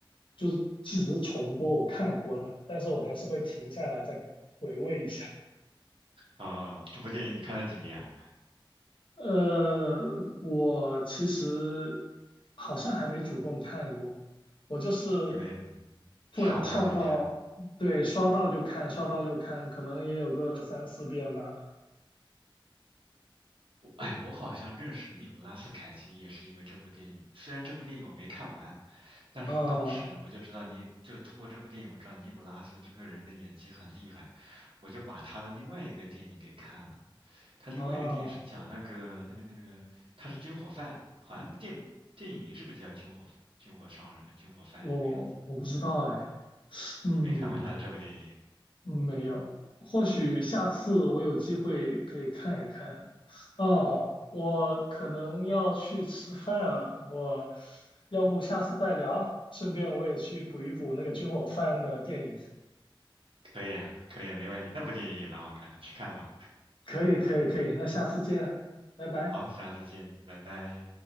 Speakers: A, on the left; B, on the right.
A: 就是即使是重播我看过了，但是我还是会停下来再回味一下。
B: 啊，这部电影你看了几遍啊？
A: 呃，我其实好像还没主动看过，我就是
B: 李维鲁
A: 突然跳到，
B: 刷到了就看。
A: 对，刷到就看，刷到就看，可能也有个三四遍吧。
B: 我哎，
A: 对，
B: 我好像认识尼古拉斯凯奇也是因为这部电影。虽然这部电影我没看完，但是当时我就知道尼，
A: 啊
B: 就是通过这部电影我知道尼古拉斯这个人的演技很厉害，我就把他的另外一个电影给看了。他另外一个电影是讲那个那个那个，
A: 啊，
B: 他是军火贩，好像电电影名是不是就叫军火军火商人、军火贩这个样子的？
A: 我我不知道哎，嗯，
B: 你没看过他的这部电影？
A: 没有，或许下次我有机会可以看一看。哦，我可能要去吃饭了，我要不下次再聊，顺便我也去补一补那个军火贩的电影。
B: 可以啊，可以啊，没问题。那部电影也蛮好看的，去看吧。
A: 可以，可以，可以，那下次见，拜拜。
B: 好，下次见，拜拜。